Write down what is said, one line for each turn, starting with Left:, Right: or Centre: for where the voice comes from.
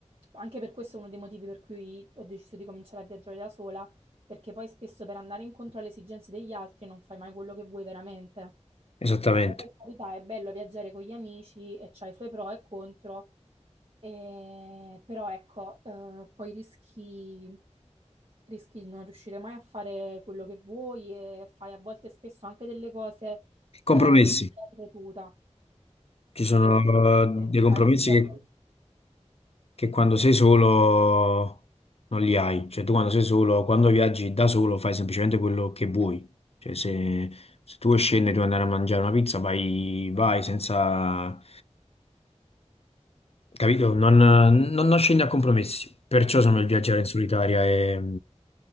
Right: anche per questo è uno dei motivi per cui ho deciso di cominciare a viaggiare da sola, perché poi spesso per andare incontro alle esigenze degli altri non fai mai quello che vuoi veramente.
Left: esattamente.
Right: Poi, Per carità, è bello viaggiare con gli amici e c'ha i suoi pro e contro, e- però ecco, eh, poi rischi, rischi di non riuscire mai a fare quello che vuoi e fai a volte spesso anche delle cose eh,
Left: Compromessi.
Right: in maniera ripetuta,
Left: Ci sono
Right: tipo che
Left: eh, dei compromessi
Right: fai più volte.
Left: che, che quando sei solo non li hai. Cioè tu quando sei solo, quando viaggi da solo fai semplicemente quello che vuoi. Cioè se, se tu vuoi scendere, devi andare a mangiare una pizza, vai, vai senza... Capito? Non, non, non scendi a compromessi, perciò sono il viaggiare in solitaria è,